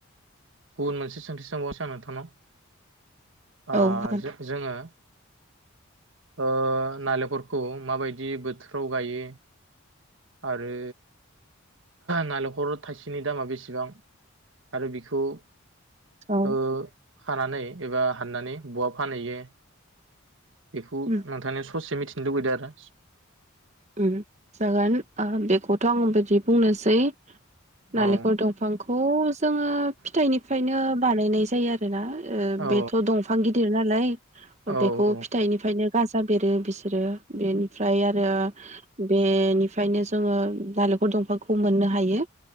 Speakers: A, on the right (about 65°); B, on the right (about 35°).
A: गुबुन मोनसे सोंथि सोंबावनोसै आं नोंथांनाव अ
B: औ हागोन
A: जों जोङो ओ नालेंखलखौ माबायदि बोथोराव गायो आरो नालेंखल थाइसेनि दामा बेसेबां आरो बिखौ ओ
B: औ
A: खानानै एबा हाननानै बहा फानहैयो बेखौ
B: उम
A: नोंथांनियाव ससे मिथिनो लुबैदों आरो
B: ओम जागोन अ बेखौथ आं बिदि बुंनोसै नालेंखल
A: आरो
B: दंफांखौ जोङो फिथाइनिफ्रायनो बानायनाय जायो आरोना ओ
A: औ
B: बेथ दंफां गिद दिर नालाय
A: औ
B: बेखौ
A: औ
B: फिथाइनिफ्रायनो गाजा बेरो बिसोरो बेनिफ्राय आरो बेनिफ्रायनो जोङो नालेंखर दंफांखौ मोननो हायो